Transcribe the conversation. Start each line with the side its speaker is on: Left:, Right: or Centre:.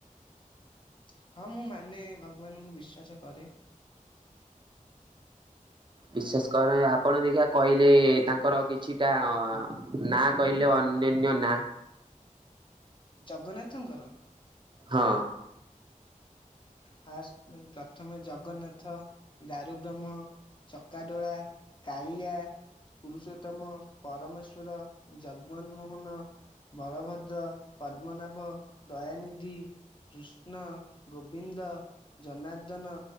Left: <inaudible> ହଁ ମୁଁ ମାନେ ଭଗବାନଙ୍କୁ ବିଶ୍ୱାସ କରେ।
Right: ବିଶ୍ୱାସ କର ଆପଣ ଦେଖିବା କହିଲେ ତାଙ୍କର କିଛିଟା ନାଁ କହିଲେ ଅନ୍ୟାନ ନାଁ
Left: ଜଗନ୍ନାଥଙ୍କର?
Right: ହଁ।
Left: ହ ଫାଷ୍ଟ ପ୍ରଥମେ ଜଗନ୍ନାଥ ଦାରୁ ବ୍ରହ୍ମ ଚକାଡୋଳା କାଳିଆ ପୁରୁଷୋତ୍ତମ ପରମେଶ୍ଵର ଜଗମନ ମୋହନ ବଳଭଦ୍ର ପଦ୍ମନାଭ ଦୟାନିଧି କୃଷ୍ଣ ଗୋବିନ୍ଦ ଜନାର୍ଦ୍ଦନ